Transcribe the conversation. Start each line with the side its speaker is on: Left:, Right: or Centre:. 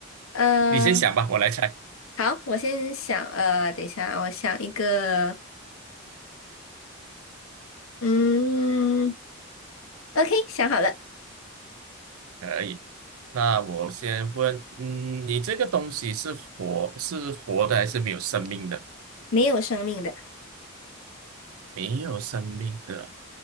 Left: 呃，
Right: 你先想吧，我来猜。
Left: 好，我先想，呃，等一下啊我想一个，嗯。OK，想好了，
Right: 可以，那我先问，嗯，你这个东西是活是活的还是没有生命的？
Left: 没有生命的。
Right: 没有生命的，